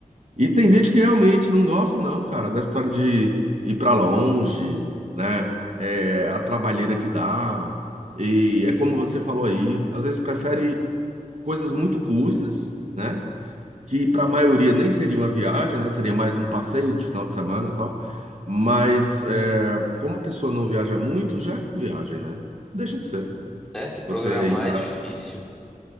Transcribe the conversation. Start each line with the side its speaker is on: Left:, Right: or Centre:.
Right: E tem gente que realmente não gosta, não, cara, da história de ir pra longe, né? É, a trabalheira que dá. E é como você falou aí, às vezes prefere coisas muito curtas, né? Que para a maioria nem seria uma viagem, né? Seria mais um passeio de final de semana e tal. Mas é, como a pessoa não viaja muito, já é viagem, né? Deixa de ser.
Centre: É, se programar
Right: Você ir para.
Centre: é difícil.